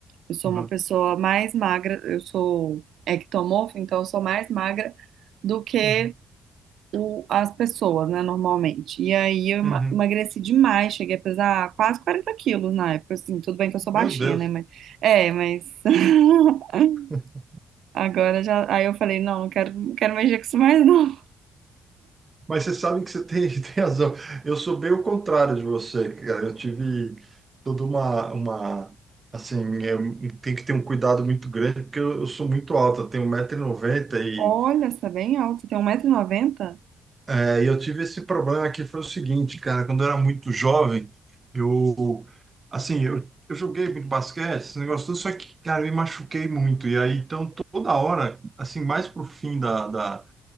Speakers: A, on the right (about 75°); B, on the right (about 30°).
A: Eu sou
B: aham,
A: uma pessoa mais magra, eu sou ectomorfa, então eu sou mais magra do que
B: uhum,
A: o- as pessoas, né, normalmente. E aí eu ema-
B: uhum.
A: emagreci demais, cheguei a pesar quase 40 quilos na época, assim, tudo bem que eu sou
B: Meu
A: baixinha,
B: Deus.
A: né, mas... É, mas... <laughs>
B: <laughs>
A: Agora já... Aí eu falei, não, não quero, não quero mexer com isso mais, não.
B: Mas você sabe que você tem, <laughs> tem razão. Eu sou bem o contrário de você, cara. Eu tive toda uma, uma assim, é, tem que ter um cuidado muito grande, porque eu, eu sou muito alto, eu tenho 1,90m e,
A: Olha,
B: noventa e,
A: você é bem alto, tem 1,90m?
B: é, e eu tive esse problema que foi o seguinte, cara, quando eu era muito jovem, eu, assim, eu, eu joguei muito basquete, esse negócio todo, só que, cara, eu me machuquei muito. E aí, então, toda hora, assim, mais pro fim da, da